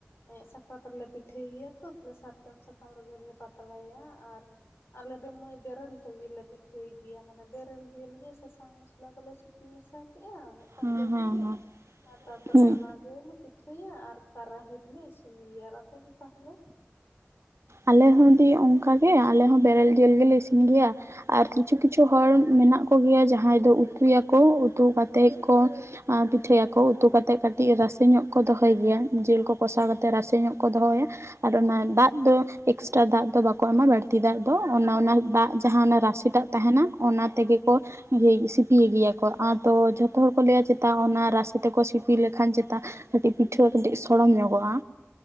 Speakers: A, on the left (about 60°); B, on the right (about 80°).
A: ᱮᱸᱜ ᱥᱟᱠᱨᱟᱛ ᱨᱮᱞᱮ ᱯᱤᱴᱷᱟᱹᱭ ᱜᱮᱭᱟ ᱛᱚ ᱛᱟᱦᱞᱮ ᱥᱟᱨᱡᱚᱢ ᱥᱟᱠᱟᱢ ᱨᱮᱜᱮᱞᱮ ᱯᱟᱛᱲᱟᱭᱟ ᱟᱨ ᱟᱞᱮ ᱫᱚ ᱢᱟᱹᱭ ᱵᱮᱨᱮᱞ ᱛᱮᱜᱮᱞᱮ ᱯᱤᱴᱷᱟᱹᱭ ᱜᱮᱭᱟ ᱢᱟᱱᱮ ᱵᱮᱨᱮᱞ ᱡᱮᱞ ᱜᱮ ᱥᱟᱥᱟᱝ ᱢᱚᱥᱞᱟ ᱠᱚᱞᱮ ᱥᱤᱯᱤ ᱢᱮᱥᱟ ᱠᱮᱜᱼᱟ ᱢᱤᱫᱴᱟᱝ
B: ᱦᱮᱸ
A: ᱵᱟᱴᱤ
B: ᱦᱮᱸ
A: ᱨᱮ
B: ᱦᱮᱸ
A: ᱟᱨ ᱛᱟᱯᱚᱨᱮ
B: ᱦᱩᱸ
A: ᱡᱮ ᱞᱮ ᱯᱤᱴᱷᱟᱹᱭᱟ ᱟᱨ ᱠᱟᱨᱟᱦᱤ ᱨᱮᱞᱮ ᱤᱥᱤᱱ ᱜᱮᱭᱟ ᱟᱨ ᱟᱯᱮ ᱫᱚ ᱛᱟᱦᱞᱮ
B: ᱟᱞᱮᱦᱚ ᱫᱤ ᱚᱱᱠᱟᱜᱮ ᱟᱞᱮᱦᱚ ᱵᱮᱨᱮᱞ ᱡᱮᱞ ᱜᱮᱞᱮ ᱤᱥᱤᱱ ᱜᱮᱭᱟ ᱟᱨ ᱠᱤᱪᱷᱩ
A: ᱦᱮᱸ
B: ᱠᱤᱪᱷᱩ
A: ᱦᱮᱸ
B: ᱦᱚᱲ ᱢᱮᱱᱟᱜ ᱠᱚᱜᱮᱭᱟ ᱡᱟᱦᱟᱸᱭ ᱫᱚ ᱩᱛᱩᱭᱟᱠᱚ ᱩᱛᱩ ᱠᱟᱛᱮᱫ ᱠᱚ ᱟᱨ ᱯᱤᱴᱷᱟᱹᱭᱟᱠᱚ ᱩᱛᱩ ᱠᱟᱛᱮ ᱠᱟᱹᱴᱤᱡ ᱨᱟᱥᱮ ᱧᱚᱜ ᱠᱚ ᱫᱚᱦᱚᱭ ᱜᱮᱭᱟ ᱡᱤᱞ ᱠᱚ ᱠᱚᱥᱟᱣ ᱠᱟᱛᱮᱫ ᱨᱟᱥᱮ ᱧᱚᱜ ᱠᱚ ᱫᱚᱦᱚᱭᱟ ᱟᱨ ᱚᱱᱟ ᱫᱟᱜ ᱫᱚ ᱮᱠᱥᱴᱨᱟ ᱫᱟᱜ ᱫᱚ ᱵᱟᱠᱚ ᱮᱢᱟ ᱵᱟᱹᱲᱛᱤ ᱫᱟᱜ ᱫᱚ ᱚᱱᱟ ᱚᱱᱟ ᱫᱟᱜ
A: ᱦᱳᱭ
B: ᱡᱟᱦᱟ ᱚᱱᱟ ᱨᱟᱥᱮ ᱫᱟᱜ ᱛᱟᱦᱮᱱᱟ ᱚᱱᱟ ᱛᱮᱜᱮ ᱠᱚ ᱤᱭᱟᱹᱭ ᱥᱤᱯᱤᱭ ᱜᱮᱭᱟᱠᱚ ᱟᱫᱚ ᱡᱷᱚᱛᱚ ᱦᱚᱲ ᱠᱚ ᱞᱟᱹᱭᱟ ᱪᱮᱛᱟ ᱚᱱᱟ ᱨᱟᱥᱮ ᱛᱮᱠᱚ ᱥᱤᱯᱤ ᱞᱮᱠᱷᱟᱱ ᱪᱮᱛᱟ ᱠᱟᱹᱴᱤᱡ ᱯᱤᱴᱷᱟᱹ ᱠᱟᱹᱴᱤᱡ ᱥᱚᱲᱚᱢ ᱧᱚᱜᱚᱜᱼᱟ